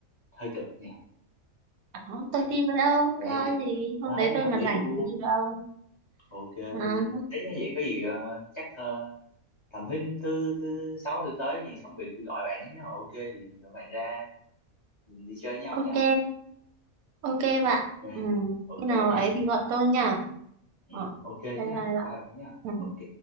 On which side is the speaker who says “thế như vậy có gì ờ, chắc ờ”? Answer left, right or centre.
Left